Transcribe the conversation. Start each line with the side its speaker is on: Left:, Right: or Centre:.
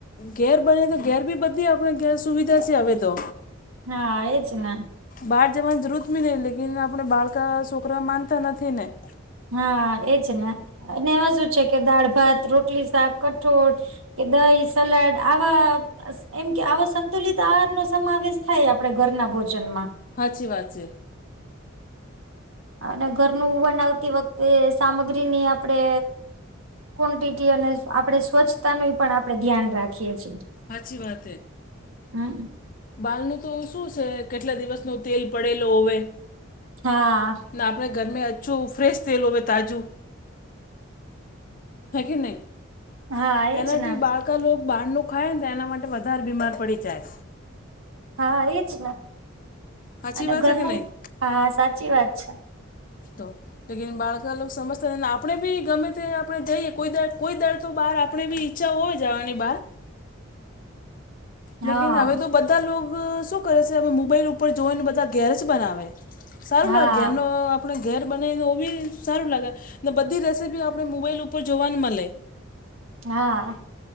Left: ઘેર બને તો ઘેર બી બધી આપણે ઘેર સુવિધા છે હવે તો
Right: હા એજ ને
Left: બહાર જવાની જરૂરત બી નહીં લેકન આપણે બાળકા છોકરા માનતા નથી ને.
Right: હા એજ ને અને એમાં શું છે કે દાળ ભાત રોટલી શાક કઠોળ કે દહી સલાડ આવા આસ એમ કે આવા સંતુલિત આહાર નો સમાવેશ થાય આપડે ઘરના ભોજન માં.
Left: હાચી વાત છે.
Right: અને ઘરનું બનાવતી વખતે સામગ્રી ની આપડે કોન્ટીટી અને આપણે સ્વચ્છતા ન પણ આપડણે ધ્યાન રાખીએ છીએ.
Left: સાચી વાત
Right: હમ
Left: બાલનું તો શું છે કેટલા દિવસનો તેલ પડેલો હોવે
Right: હા
Left: ના આપણે ઘરમે અચછું ફ્રેશ તેલ હોવે તાજું નથીખી નહી
Right: હા એજ
Left: એનઆર ટટી
Right: ને
Left: બળ કા લોક બહારનું ખાય ને તો એના માટે વધારે બીમાર પડી જાય.
Right: હા એજ ને
Left: સાચી
Right: અને
Left: વાત
Right: ઘરનું
Left: છે કે નહીં
Right: હા સાચી વાત છે.
Left: તો. લેકિન બાળકા લોકો સમજતાને આપણે બી ગમે તે આપણે જઈએ કોઈ દર કોઈ દર તો બહાર આપણે બી ઈછા હોય જવાની બહાર
Right: હા
Left: લેકિન હવે તો બધા લોકો શું કરે છે હવે મોબાઈલ ઉપર જોઓને બધા <unintelligible> બનાવે. સારું
Right: હા
Left: લાગે એ નો આપણે ઘેર બનાવીને ઓ બી સારું લાગે ને બધી રેસીપી આપણે મોબાઈલ ઉપર જોવાને મળે.
Right: હા.